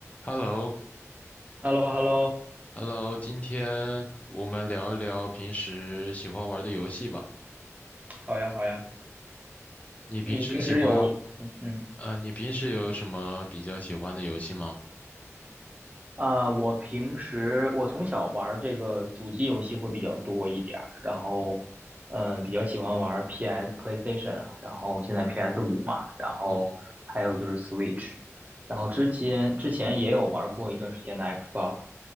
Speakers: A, on the left (about 25°); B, on the right (about 30°).
A: h e l l o
B: h e l l o h e l l o
A: h e l l o 今天我们聊一聊平时喜欢玩的游戏吧。
B: 好呀，好呀。
A: 你平时喜欢，
B: 你平时有，嗯，
A: 呃，你平时有什么比较喜欢的游戏吗？
B: 啊、我平时我从小玩儿这个主机游戏会比较多一点儿，然后，嗯、比较喜欢玩 PS、PlayStation 啊，然后现在 PS 五嘛，然后还有就是
A: 嗯，
B: Switch，然后之前之前也有玩儿过一段时间的 Xbox，